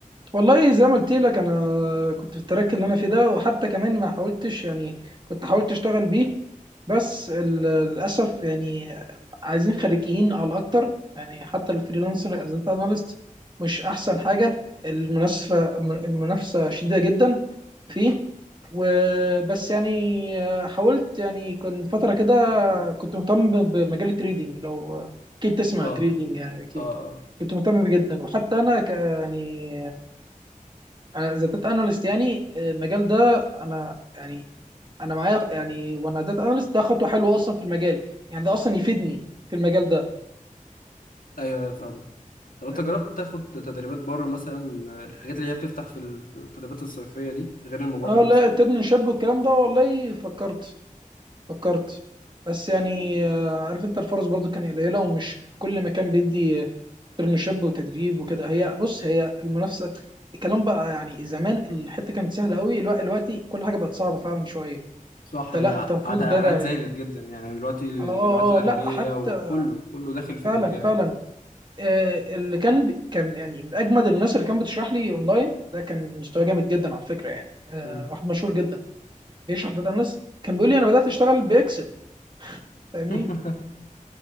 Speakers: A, on the right; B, on the left.
A: والله زي ما قلت لك انا كنت في التراك اللي انا فيه ده وحتى كمان ما حاولتش يعني كنت حاولت اشتغل بيه بس ال- للاسف يعني عايزين خريجين على اكتر يعني حتى الفريلانسر از داتا اناليست مش احسن حاجه المنافسه المنافسه شديده جدا فيه وبس يعني حاولت يعني كان فتره كده كنت مهتم بمجال التريدينج لو اكيد تسمع
B: اه
A: تريدينج يعني اكيد
B: اه اه
A: كنت مهتم بيه جدا وحتى انا ك يعني انا از داتا اناليست يعني المجال ده انا يعني انا معايا يعني وانا داتا اناليست ده خطوه حلوه اصلا في المجال يعني ده اصلا يفيدني في المجال ده
B: ايوه فاهم طب انت
A: فاهمني
B: جربت تاخد تدريبات بره مثلا الحاجات اللي هي بتفتح في ال- في التدريبات الصيفيه دي غير المبادره
A: اه لا
B: مثلا
A: ترن شاب والكلام ده والله فكرت فكرت بس يعني آه، عارف انت الفرص برضو كان قليله ومش كل مكان بيدي آه، ترن شاب وتدريب وكده هي بص هي المنافسه الكلام بقى يعني زمان الحته كانت سهله قوي الوقت دلوقتي كل حاجه بقت صعبه فعلا شويه
B: صح
A: انت
B: أنا
A: لا انت المفروض
B: عد- اعداد
A: ده ده يعني
B: زادت جدا يعني دلوقتي الجامعات
A: اه اه
B: الاهليه
A: آه، لا حتى
B: وكله كله داخل في
A: فعلا
B: المجال
A: فعلا آه اللي كان بي- كان يعني من اجمد الناس اللي كان بتشرح لي اونلاين ده كان مستواه جامد جدا على فكره يعني آه
B: مم.
A: واحد مشهور جدا بيشرح داتا اناليست كان بيقول لي انا بدات اشتغل باكسل فاهمني
B: <laughs>